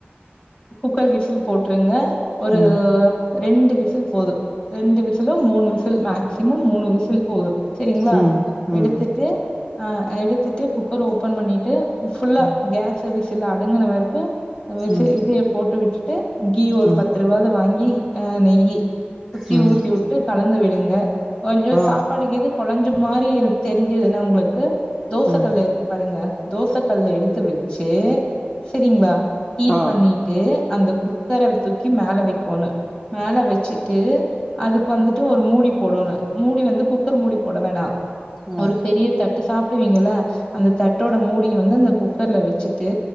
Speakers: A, on the left; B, in the centre.
A: குக்கர் விசில் போட்டுருங்க ஒரு
B: ம்
A: ரெண்டு விசில் போது ரெண்டு விசிலு மூணு விசில் மேக்சிமம் மூணு விசில் போது செரிங்களா
B: ம் ம் ம்
A: எடுத்துட்டு அ எடுத்துட்டு குக்கர் ஓப்பன் பண்ணிட்டு ஃபுல்லா
B: ம்
A: கேஸ் விசுலு அடங்கின வறுப்பு விசில்
B: ம்
A: இது போட்டு விட்டுட்டு கீ ஒரு
B: ம்
A: பத்து ரூபது வாங்கி அ நெய்யி சுத்தி
B: ம்
A: ஊத்தி விட்டு கலந்து விடுங்க கொஞ்சோ
B: ஆ
A: சாப்பாடுக்குது கொலஞ்ச மாரி தெரிஞ்சதுன்னா ஒங்களுக்கு தோச
B: ம்
A: கல்லு இருக்கு பாருங்க தோச கல்ல எடுத்து வச்சு செரிங்ளா ஹீட்
B: ஆ
A: பண்ணிட்டு அந்த குக்கர தூக்கி மேல வைக்கோணு மேல வச்சுட்டு அதுக்கு வந்துட்டு ஒரு மூடி போடோனு மூடி வந்து குக்கர் மூடி போட வேணா
B: ஆ
A: ஒரு பெரிய தட்டு து சாப்பிடுவீங்கள அந்த தட்டோட மூடிய வந்து அந்த குக்கர்ல வச்சுட்டு